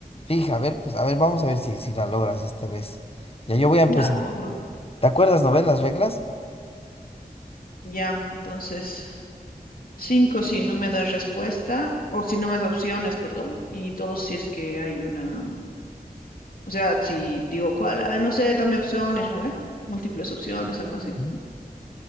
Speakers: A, on the left (about 40°); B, on the left (about 65°).
A: Fija, a ver, pues a ver, vamos a ver si, si la logras esta vez. Ya yo voy a empezar.
B: La logro.
A: ¿Te acuerdas, no ves las reglas?
B: Ya, entonces, cinco si no me das respuesta, o si no me das opciones, perdón, y dos si es que hay una, o sea, si digo cuál, ah, no sé, dame opciones, ¿no ve? Múltiples opciones, algo así.
A: Ujú.